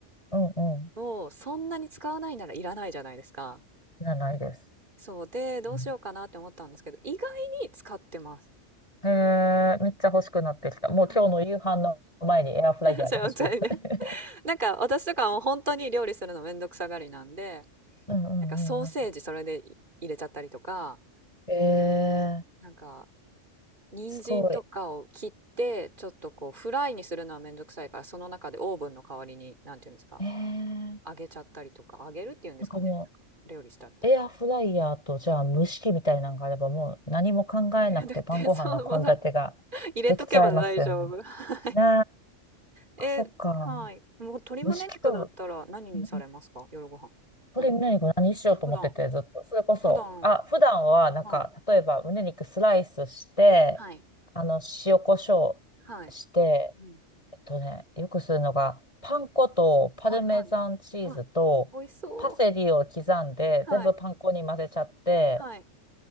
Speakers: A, on the left; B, on the right.
A: うんうん。
B: をそんなに使わないならいらないじゃないですか。
A: いや、ないです。
B: そうで、どうしようかなって思ったんですけど、
A: うん
B: 意外に使ってます。
A: へえ、めっちゃ欲しくなってきた。もう今日の夕飯の前にエアフライヤーが欲しくなった。
B: はい <laughs> ませね
A: <laughs>
B: <laughs>。なんか私とかも本当に料理するのめんどくさがりなんで、
A: うんうんうんうん。
B: なんかソーセージそれで入れちゃったりとか、
A: えー
B: なんか人参とかを切って、
A: すごい。
B: ちょっとこうフライにするのはめんどくさいから、その中でオーブンの代わりに、なんていうんですか、
A: ええ、
B: 揚げちゃったりとか、揚げるっていうんですかね。
A: なんかも
B: なんか料理しちゃったり。
A: う、エアフライヤーと、じゃあ蒸し器みたいなのがあれば、もう何も考えなくて晩ご飯の献立ができちゃいますよね。
B: いやだってそうもうさ、入れとけば大丈夫。<laughs>
A: ねえ。
B: え、
A: あ、そっか。
B: はい。もう鶏胸肉だったら何にされますか夜ご飯。
A: 蒸し器と、うん
B: 何
A: 鶏胸肉何しようと思ってて、
B: 普段、
A: ずっと。それこそ、
B: 普段、
A: あ、普段は、なんか、
B: はい。
A: 例えば胸肉スライスして、
B: はい。
A: あの、塩コショウして、
B: はい。うん。
A: えっとね、よくするのが、パン粉とパルメザンチーズとパセリを刻んで、
B: はいはい。うわ、美味しそう。はい。
A: 全部パン粉に混ぜちゃって、
B: はい。